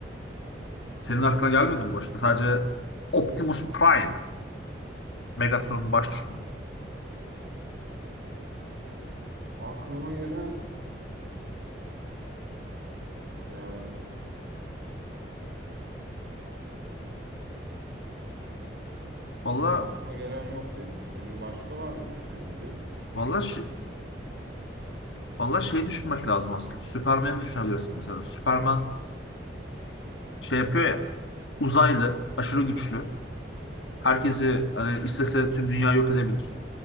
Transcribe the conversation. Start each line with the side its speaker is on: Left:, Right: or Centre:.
Left: Senin aklına gelmedi mi başka? Sadece Optimus Prime, Megatron'un baş düşmanı.
Right: Aklıma gelen yani
Left: Valla,
Right: yani aklıma gelen yok benim. Senin başka var mı düşünebildiğin?
Left: valla şi- Valla şey düşünmek lazım aslında. Süpermen'i düşünebilirsin mesela. Süperman şey yapıyor ya. Uzaylı, aşırı güçlü. Herkesi hani istese tüm dünya yok edebilir.